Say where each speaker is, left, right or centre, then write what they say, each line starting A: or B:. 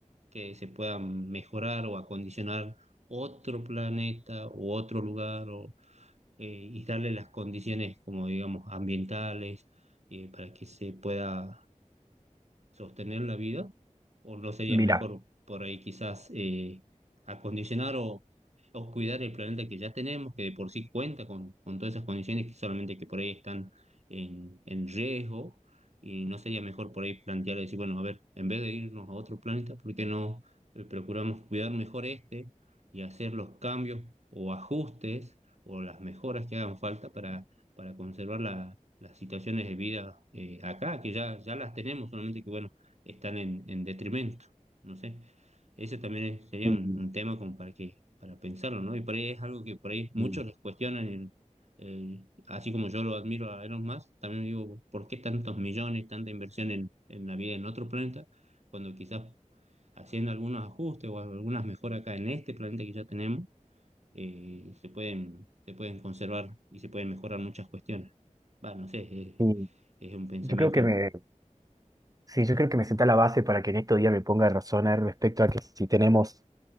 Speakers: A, on the right (about 60°); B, on the right (about 30°).
A: que se pueda mejorar o acondicionar otro planeta u otro lugar o, eh, y darle las condiciones como digamos ambientales eh, para que se pueda sostener la vida? ¿O no sería
B: Mira,
A: mejor por ahí quizás eh, acondicionar o, o cuidar el planeta que ya tenemos, que de por sí cuenta con, con todas esas condiciones que solamente que por ahí están en, en riesgo? ¿Y no sería mejor por ahí plantear, decir, bueno, a ver, en vez de irnos a otro planeta, ¿por qué no eh, procuramos cuidar mejor este y hacer los cambios o ajustes o las mejoras que hagan falta para, para conservar las situaciones de vida eh, acá, que ya, ya las tenemos, solamente que, bueno, están en, en detrimento, no sé. Ese también es- sería
B: y-
A: un, un tema como para que, para pensarlo, ¿no? Y por ahí es algo que por ahí muchos
B: y-
A: les cuestionan, en- eh, así como yo lo admiro a Elon Musk, también digo, ¿por qué tantos millones, tanta inversión en, en la vida en otro planeta, cuando quizás haciendo algunos ajustes o algunas mejoras acá en este planeta que ya tenemos, eh, se pueden, se pueden conservar y se pueden mejorar muchas cuestiones? Bueno, no sé,
B: y
A: es, es un pensamiento,
B: yo creo que me, sí, yo creo que me senta la base para que en estos días me ponga a razonar respecto a que si tenemos